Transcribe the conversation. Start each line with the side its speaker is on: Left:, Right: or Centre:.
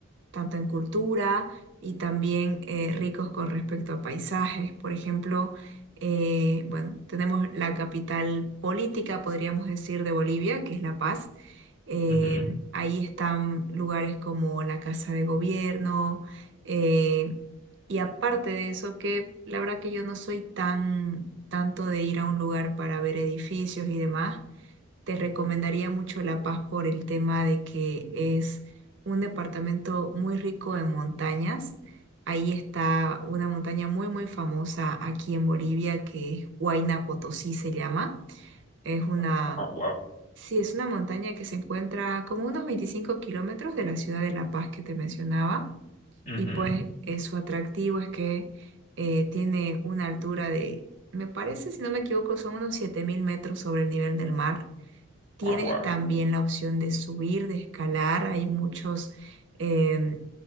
Right: tanto en cultura y también eh, ricos con respecto a paisajes. Por ejemplo, eh, bueno, tenemos la capital política, podríamos decir, de Bolivia, que es La Paz. Eh,
Left: ujú.
Right: ahí están lugares como la Casa de Gobierno. eh, y aparte de eso, que la verdad que yo no soy tan tanto de ir a un lugar para ver edificios y demás. Te recomendaría mucho La Paz por el tema de que es un departamento muy rico en montañas. Ahí está una montaña muy, muy famosa aquí en Bolivia que es Huayna Potosí se llama. Es una,
Left: Ah, wow.
Right: sí, es una montaña que se encuentra como unos 25 kilómetros de la ciudad de La Paz que te mencionaba.
Left: Ujú.
Right: Y pues eh, su atractivo es que eh, tiene una altura de, me parece, si no me equivoco, son unos 7.000 metros sobre el nivel del mar. Tienes
Left: Ah, wow.
Right: también la opción de subir, de escalar. Hay muchos eh,